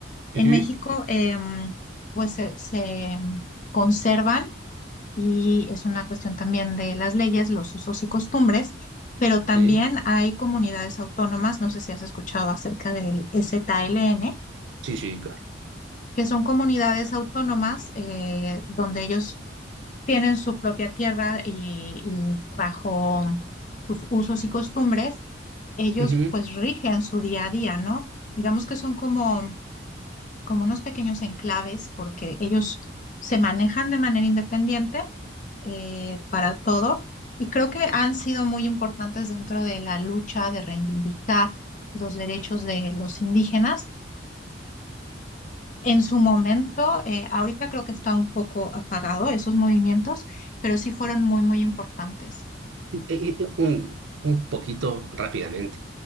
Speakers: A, on the left; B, on the right.
A: en
B: Ujú,
A: México em, pues se, se conservan y es una cuestión también de las leyes, los usos y costumbres, pero también
B: Sí,
A: hay comunidades autónomas, no sé si has escuchado acerca del STLN,
B: sí, sí, claro.
A: que son comunidades autónomas eh, donde ellos tienen su propia tierra y, y bajo sus usos y costumbres, ellos
B: Ujú.
A: pues rigen su día a día, ¿no? Digamos que son como, como unos pequeños enclaves porque ellos se manejan de manera independiente eh, para todo y creo que han sido muy importantes dentro de la lucha de reivindicar los derechos de los indígenas. En su momento, eh, ahorita creo que está un poco apagado esos movimientos, pero sí fueron muy, muy importantes.
B: Eh, eh, eh, un, un poquito rápidamente.